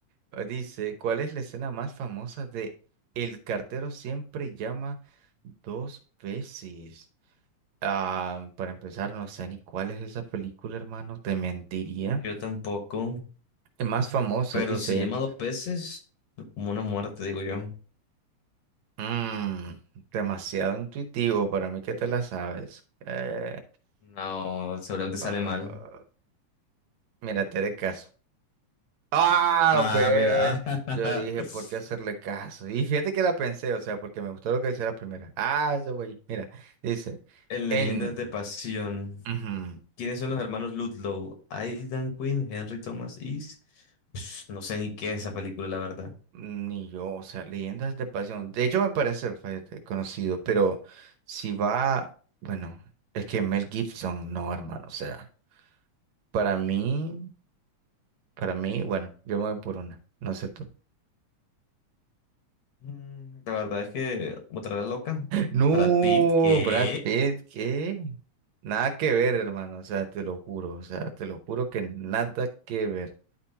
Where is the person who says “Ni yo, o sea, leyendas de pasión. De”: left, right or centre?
Right